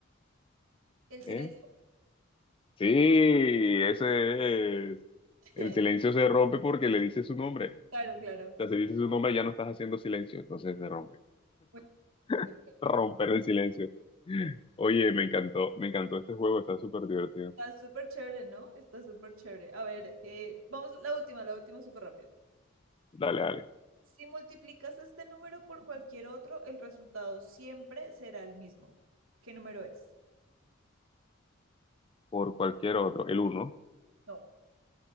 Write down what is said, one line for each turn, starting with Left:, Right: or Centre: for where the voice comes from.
Right: el silencio.
Left: ¿Eh? Sí, ese es.
Right: <laughs>
Left: El silencio se rompe porque le dice su nombre.
Right: Claro, claro.
Left: O sea, si dices su nombre ya no estás haciendo silencio, entonces se rompe.
Right: Muy bien.
Left: <laughs> Romper el silencio. Oye, me encantó, me encantó este juego, está súper divertido.
Right: Está súper chévere, ¿no? Está súper chévere. A ver, eh, vamos, la última, la última súper rápido.
Left: Dale, dale.
Right: Si multiplicas este número por cualquier otro, el resultado siempre será el mismo. ¿Qué número es?
Left: Por cualquier otro. El uno.
Right: No,